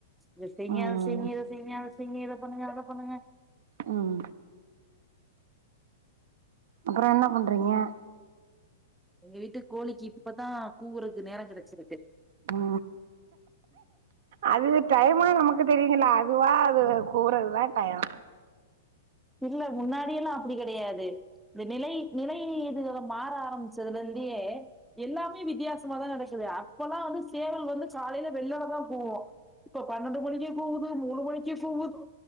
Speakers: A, in the centre; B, on the right.
A: இதசெங்க
B: ம்
A: அதசெங்க இதசெங்க அத செய்ங்க இத பண்ணுங்க அத பண்ணுங்க
B: உம் அப்புறோ என்ன பண்றீங்க
A: எங்க வீட்டு கோழிக்கு இப்பதா கூவுறுக்கு நேர கெடேச்சிருக்கு
B: உ அது டைமா நமக்கு தெரியுங்கள அதுவா அது கூறதுத டையோ
A: இல்ல முன்னாடி எல்லா அப்டி கெடையாது இது நிலை நிலை இதுங்க மாற ஆரம்பிச்சதுலிருந்தே எல்லாமே வித்தியாசமா தா நடக் சோல்லு அப்பொல்லா வந்து சேவல் வந்து காலையில வெள்ளளிதா போவோ இப்ப பன்னெண்டு மணிக்கு கூவுது மூணு மணிக்கு கூவுது